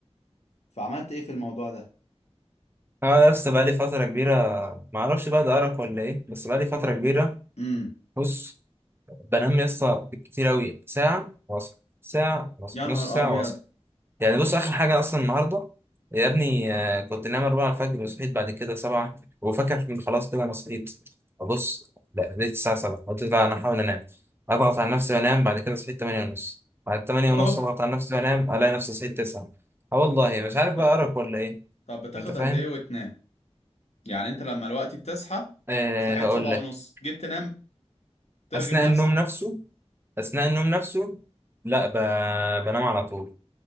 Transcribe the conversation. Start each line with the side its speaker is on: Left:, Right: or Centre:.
Left: فعملت ايه في الموضوع ده
Right: اه يا اسطى بقالي فترة كبيرة ما اعرفش بقى ده أرق ولا ايه بس بقالي فترة كبيرة
Left: امم
Right: بص بنام يا اسطى كتير أوي ساعة واصل ساعة واصل
Left: يا
Right: نص
Left: نهار
Right: ساعة
Left: ابيض
Right: واصل يعني بص آخر حاجة أصلا النهاردة يا ابني آه، كنت نايم أربعة الفجر وصحيت بعد كده سبعة وفاكر إن خلاص كده أنا صحيت أبص لا لقيت الساعة سبعة قلت لا أنا هحاول أنام أضغط على نفسي وأنام بعد كده صحيت تمانية ونص بعد تمانية
Left: اوه
Right: ونص أضغط على نفسي وأنام ألاقي نفسي صحيت تسعة اه والله مش عارف
Left: طب
Right: بقى أرق ولا ايه
Left: طب بتاخد
Right: أنت فاهم؟
Left: قد ايه وتنام يعني انت لما الوقت بتصحى
Right: أه
Left: صحيت
Right: هقول
Left: سبعة
Right: لك
Left: ونص جيت تنام ترغب
Right: اثناء
Left: نفسك
Right: النوم نفسه اثناء النوم نفسه لا ب... بنام على طول